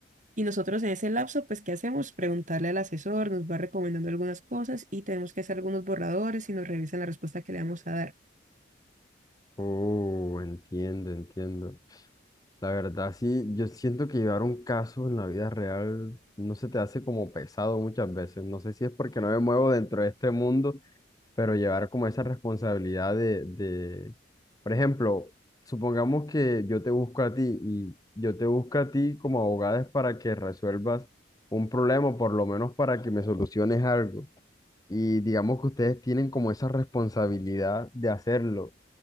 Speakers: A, on the right; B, on the left.
A: Y nosotros en ese lapso pues ¿qué hacemos? Preguntarle al asesor, nos va recomendando algunas cosas y tenemos que hacer algunos borradores y nos revisan la respuesta que le vamos a dar.
B: Oh, entiendo, entiendo. La verdad, sí, yo siento que llevar un caso en la vida real no se te hace como pesado muchas veces. No sé si es porque no me muevo dentro de este mundo, pero llevar como esa responsabilidad de, de... Por ejemplo, supongamos que yo te busco a ti y yo te busco a ti como abogada es para que resuelvas un problema, o por lo menos para que me soluciones algo. Y digamos que ustedes tienen como esa responsabilidad de hacerlo